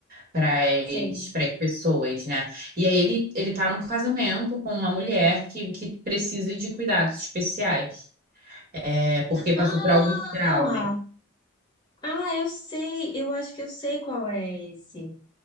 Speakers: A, on the right; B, on the left.
A: para
B: sei.
A: as pessoas, né? E aí ele, ele tá num casamento com uma mulher que, que precisa de cuidados especiais, é, porque passou
B: Ah,
A: por alguns traumas.
B: ah, eu sei, eu acho que eu sei qual é esse.